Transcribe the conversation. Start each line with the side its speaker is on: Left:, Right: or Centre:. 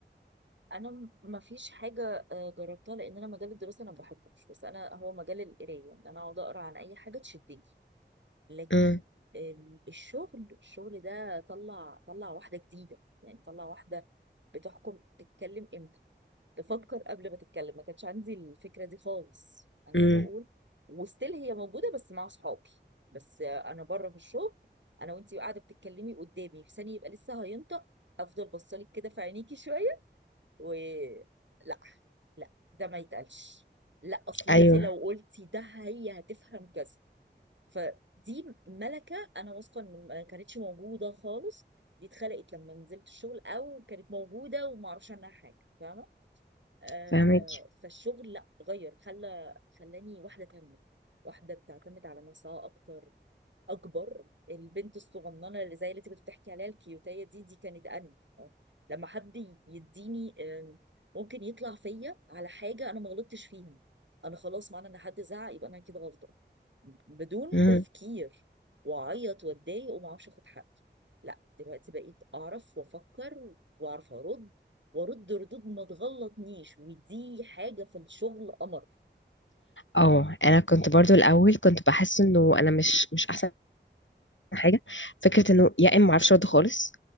Right: انا م- ما فيش حاجه آه، جربتها لان انا مجال الدراسه انا ما بحبوش بس انا هو مجال القرايه ان انا اقعد اقرا عن اي حاجه تشدني لكن
Left: امم
Right: ال- الشغل الشغل ده طلع طلع واحدة جديدة يعني طلع واحدة بتحكم تتكلم امتى تفكر قبل ما تتكلم ما كانش عندي الفكرة دي خالص انا
Left: امم
Right: بقول وستيل هي موجودة بس مع صحابي بس انا بره في الشغل انا وانتي قاعدة بتتكلمي قدامي لساني يبقى لسه هينطق افضل بصلك كده في عينيكي شوية و لا لا ده ما يتقالش لا اصل انت
Left: ايوه
Right: لو قلتي ده هي هتفهم كذا فدي ملكة أنا واثقة إن ما كانتش موجودة خالص دي اتخلقت لما نزلت الشغل أو كانت موجودة ومعرفش عنها حاجة فاهمة؟ آه
Left: فاهمك
Right: فالشغل لا غير خلى خلاني واحدة تانية واحدة بتعتمد على نفسها أكتر أكبر البنت الصغننة اللي زي اللي أنت كنت بتحكي عليها الكيوتية دي دي كانت أنا آه، لما حد ي- يديني آم، ممكن يطلع فيا على حاجة أنا ما غلطتش فيها أنا خلاص معنى إن حد زعق يبقى أنا كده غلطانة بدون
Left: مم.
Right: تفكير واعيط واتضايق وما اعرفش اخد حقي لا دلوقتي بقيت اعرف وافكر واعرف ارد وارد ردود ما تغلطنيش ودي حاجه في الشغل قمر
Left: اه انا كنت برضو الاول كنت بحس انه انا مش مش احسن حاجه فكره انه يا اما ما اعرفش ارد خالص